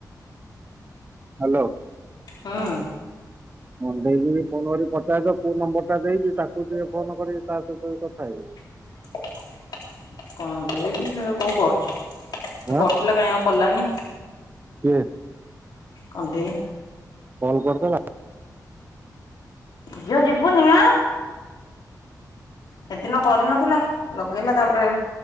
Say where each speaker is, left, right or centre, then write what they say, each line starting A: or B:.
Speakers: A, on the right (about 30°); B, on the left (about 80°).
A: ହାଲୋ।
B: ହୁଁ
A: ହ ଦେଇକି ଫୋନ କର ପଠେଇଦ କୋଉ ନମ୍ବର ଟା ଦେଇକି ତାକୁ ଟିକେ ଫୋନ କରିକି ତା ସହିତ କଥା ହେବ।
B: <inaudible> କଣ୍ଢେଇ ସେ କୋଉ କରୁଛି ସେ
A: ହଁ
B: କରୁଥିଲା କାହିଁ ଆଉ କାଇଁ କଲାନି।
A: କିଏ?
B: କଣ୍ଢେଇ।
A: କଲ୍ କର୍ଦବା।
B: ଝିଅ ଯିବୁନି ଆ ହେଦିନ କରିନଥିଲା ଲଗ୍ ଲଗେଇଲା ତାପରେ